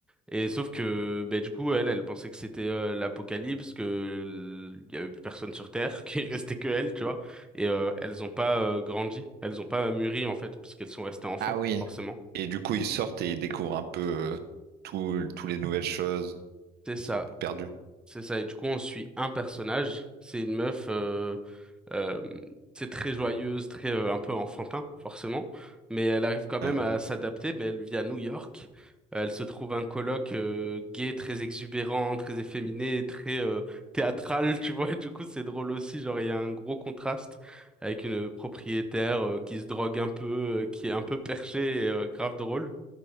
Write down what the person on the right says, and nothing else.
Ah oui.
Et du coup, ils sortent et ils découvrent un peu euh, tout, tous les nouvelles choses.
Ils sont un peu perdus.
Ouais,